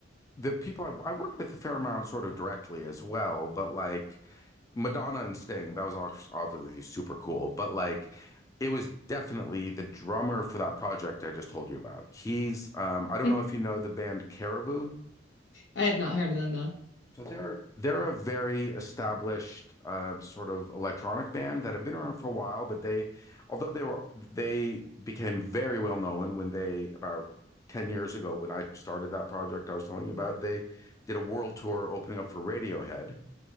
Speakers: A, on the left; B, on the left.
A: the people I've, I worked with a fair amount sort of directly as well, but like Madonna and Sting, that was obviously super cool. But like, it was definitely the drummer for that project I just told you about. He's, um, I don't
B: <laughs>
A: know if you know the band Caribou.
B: I have not heard of them though.
A: So they're they're a very established um, sort of electronic band that have been around for a while, but they, although they were they became very well known when they about 10 years ago when I started that project I was telling you about, they did a world tour opening up for Radiohead